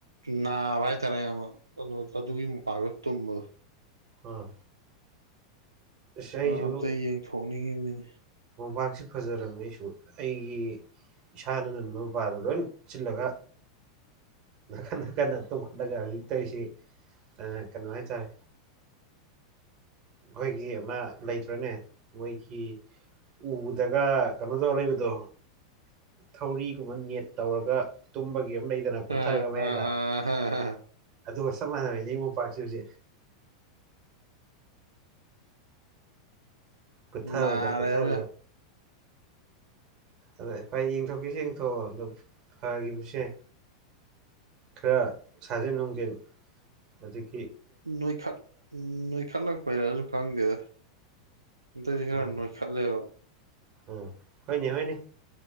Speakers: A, on the right; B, on the right.
A: ꯅꯥꯕ ꯍꯥꯏꯇꯥꯔꯦ ꯌꯥꯝꯅ ꯀꯅꯣꯗꯣ ꯑꯗꯨꯒꯤ ꯃꯣꯝꯄꯥꯛꯇꯨꯗ ꯇꯨꯝꯕꯗꯣ
B: ꯑꯥ ꯑꯁ ꯑꯩꯁꯨ
A: ꯑꯝꯇ ꯌꯦꯡꯊꯣꯛꯅꯤꯡꯉꯤꯝꯅꯤꯅꯦ
B: ꯃꯣꯝꯄꯥꯛꯁꯦ ꯐꯖꯔꯝꯃꯦ ꯑꯩꯁꯨ ꯑꯩꯒꯤ ꯏꯁꯥꯅꯒ ꯅꯣꯕꯥꯏꯜ ꯂꯣꯏꯅ ꯀꯨꯞꯆꯤꯜꯂꯒ ꯅꯥꯀꯟ ꯅꯥꯀꯟꯗ ꯇꯣꯡꯈꯠꯂꯒ ꯍꯧꯖꯤꯛ ꯇꯧꯌꯤꯁꯤ ꯑꯗꯨꯅꯦ ꯀꯅꯣ ꯍꯥꯏꯇꯥꯔꯦ ꯈꯣꯏꯒꯤ ꯑꯃ ꯂꯩꯇ꯭ꯔꯅꯦ ꯃꯣꯏꯒꯤ ꯎꯗꯒ ꯀꯅꯣ ꯗꯧꯔ ꯂꯩꯕꯗꯣ ꯊꯧꯔꯤꯒꯨꯝꯕ ꯅꯦꯠ ꯇꯧꯔꯒ ꯇꯨꯝꯕꯒꯤ ꯑꯃ ꯂꯩꯗꯅ ꯀꯨꯠꯊꯔꯒ
A: ꯑꯥ
B: ꯃꯌꯥꯏꯗ
A: ꯑꯥ ꯑꯥ ꯍꯥ ꯍꯥ
B: ꯑꯗꯨꯒ ꯆꯞ ꯃꯥꯟꯅꯕꯤꯅꯦ ꯑꯩ ꯃꯣꯝꯄꯥꯛꯁꯦ ꯍꯧꯖꯤꯛ ꯀꯨꯠꯊꯕꯗ
A: ꯅꯥꯔꯦꯕ
B: ꯀꯨꯠꯊꯕꯗ ꯑꯗ ꯍꯣꯏ ꯌꯦꯡꯊꯣꯛꯀꯦꯖꯨ ꯌꯦꯡꯊꯣꯛꯑꯣ ꯑꯗꯣ ꯐꯒꯤꯕꯁꯨ ꯌꯥꯏ ꯈꯔ ꯁꯥꯖꯦꯟ ꯅꯨꯡꯖꯦꯟ ꯍꯧꯖꯤꯛ
A: ꯅꯣꯏꯈꯠ ꯅꯣꯏꯈꯠꯂꯛꯄꯩꯔꯖꯨ ꯈꯪꯗꯦꯗꯥ ꯍꯟꯇꯛꯇꯤ ꯈꯔ
B: ꯎꯝ
A: ꯅꯣꯏꯈꯠꯂꯦꯕ
B: ꯎꯝ ꯍꯣꯏꯅꯦ ꯍꯣꯏꯅꯦ